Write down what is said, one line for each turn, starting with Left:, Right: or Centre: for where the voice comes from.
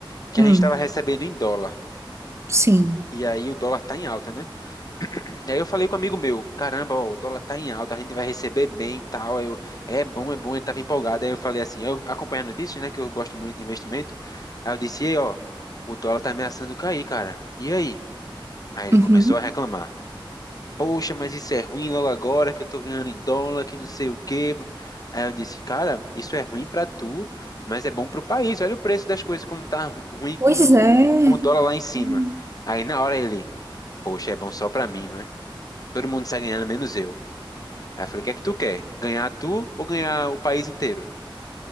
Left: que
Right: Hum,
Left: a gente estava recebendo em dólar.
Right: sim.
Left: E aí o dólar tá em alta, né? Daí eu falei com um amigo meu, caramba, ó, o dólar tá em alta, a gente vai receber bem e tal. Aí Eu, é bom, é bom, ele tava empolgado. Aí eu falei assim, eu acompanho as notícias, né, que eu gosto muito de investimento. Aí eu disse, e aí, ó, o dólar tá ameaçando cair, cara. E aí? Aí ele
Right: Uhum.
Left: começou a reclamar. Poxa, mas isso é ruim logo agora que eu tô ganhando em dólar, que não sei o quê. Aí eu disse, cara, isso é ruim pra tu, mas é bom pro país. Olha o preço das coisas como tá ru- ruim com,
Right: Pois é.
Left: com o dólar lá em cima.
Right: Hum.
Left: Aí na hora ele, poxa, é bom só pra mim, não é? Todo mundo sai ganhando, menos eu. Aí eu falei, o que é que tu quer? Ganhar tu ou ganhar o país inteiro?